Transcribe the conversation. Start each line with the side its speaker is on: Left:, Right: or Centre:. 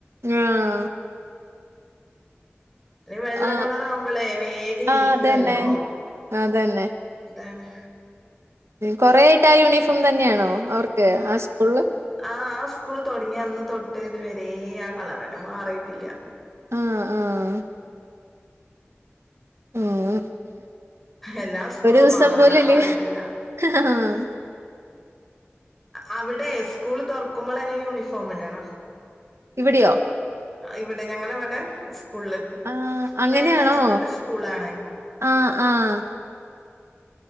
Right: ആഹ്
Centre: ഇത്രം വെള്ള
Right: ആഹ്
Centre: കളറാവുമ്പോളേ വേഗം
Right: ആഹ്
Centre: ഈങ്ങല്ലോ
Right: അതന്നെ അതന്നെ
Centre: അതാണ്
Right: കൊറെ ആയിട്ട് ആ യൂണിഫോം തന്നെയാണോ അവർക്ക് ആ സ്കൂളില്
Centre: ആഹ് ആ സ്കൂൾ തൊടങ്ങി അന്ന് തൊട്ട് ഇതുവരെ ആഹ് കളറെന്നെ മാറിട്ടില്ല
Right: ആഹ് ആഹ് ഉം
Centre: എല്ലാ സ്കൂളും
Right: ഒരു ദിവസം
Centre: മാറും
Right: പോലും
Centre: അവിടെ മാറിട്ടില്ല
Right: ലീവ് ആഹ്
Centre: അവിടെ സ്കൂള് തൊറക്കുമ്പോളന്നെ യൂണിഫോം ഇടണോ
Right: ഇവിട്യോ
Centre: ഇവിടെ ഞങ്ങളവിടെ സ്കൂള്
Right: ആഹ് അങ്ങനെയാണോ
Centre: മാനേജ്മെന്റ് സ്കൂള് ആണ്
Right: ആഹ് ആഹ്